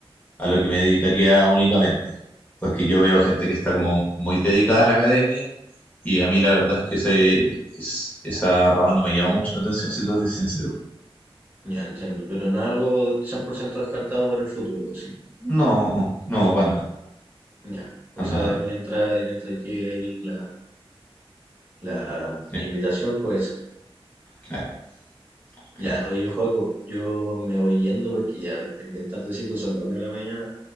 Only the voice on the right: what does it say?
Entiendo.
Ya entiendo, pero no es algo 100% descartado para el futuro, sí.
Ya. O
sea,
mientras, mientras llegue ahí la, la
invitación puede ser.
Ya, oye, Joaco, yo me voy yendo porque ya es bien tardecito, son las 1 de la mañana.